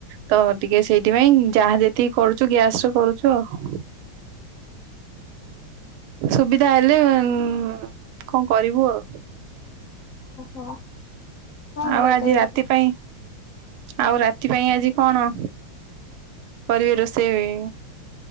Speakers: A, on the right; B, on the left.
A: ତ ଟିକେ ସେଇଥିପାଇଁ ଯାହା ଯେତିକି କରୁଛୁ ଗ୍ୟାସରେ କରୁଛୁ ଆଉ। ସୁବିଧା ହେଲେ ଉ କଣ କରିବୁ ଆଉ?
B: ଓହୋ। ଭଲ
A: ଆଉ ଆଜି
B: ତେବେ।
A: ରାତି ପାଇଁ ଆଉ ରାତି ପାଇଁ ଆଜି କଣ? କରିବେ ରୋଷେଇ